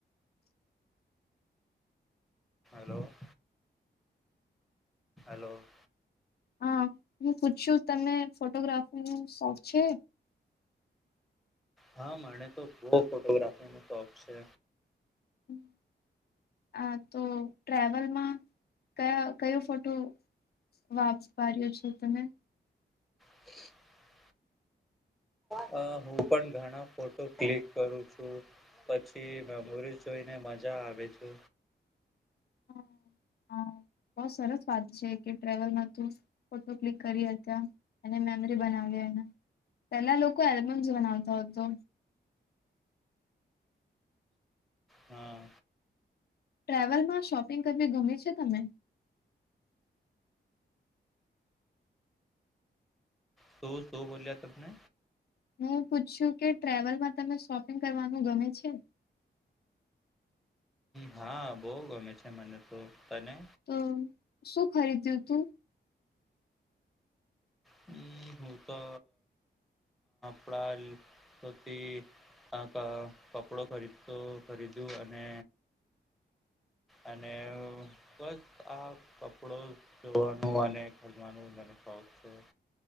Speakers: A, in the centre; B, on the left.
A: હલો હલો
B: હા હું પૂછ છું તમે ફોટોગ્રાફી ન શોખ છે
A: હા મને તો બહુ ફોટોગ્રાફીનો શોખ છે
B: હમ હ તો ટ્રાવલમાં કયા કયો ફોટો વાપસ પાયો છો તમે
A: <inaudible> હ હું પણ ઘણા ફોટો ક્લિક કરું છું પછી મેમોરીઝ જોઈને મજા આવે છે
B: હ હ બહ સરસ વાત છે કે ટ્રવલમાં ફોટો ક્લિક કરી હતા અને મેમરી બનાવી એના પેલા લોકો એલ્બમ્સ બનાવતા હતો
A: હા
B: ટ્રાવલ માં શોપિંગ કરવી ગમે છે તમે
A: શું શું બોલ્યા તમને
B: હું પૂછ છું કે ટ્રાવલમાં તમે શોપિંગ કરવાનું ગમે છે
A: હા બહ ગમે છે મને તો તને
B: તો શું ખરીદ્યું તું
A: હમ હું તો પ્રાલ પ્રતિ આ કપડો ખરીદતો ખરીદ્યું અને અને બસ આ કપડો ધવાનું અને ખરવાનું મ શ છે.